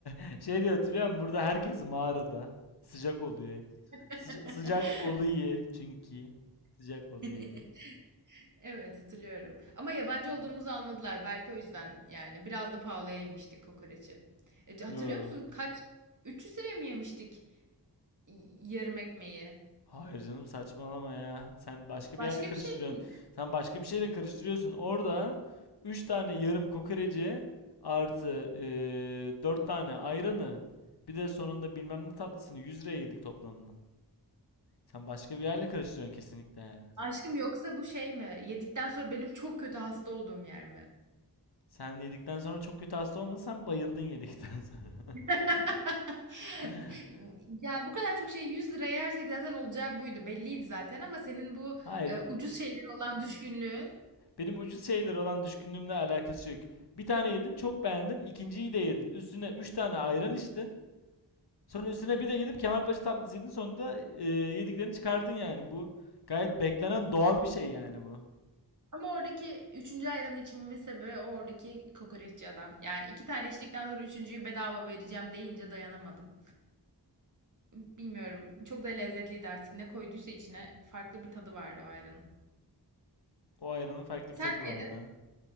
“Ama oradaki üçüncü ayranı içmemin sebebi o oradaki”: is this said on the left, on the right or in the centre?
Right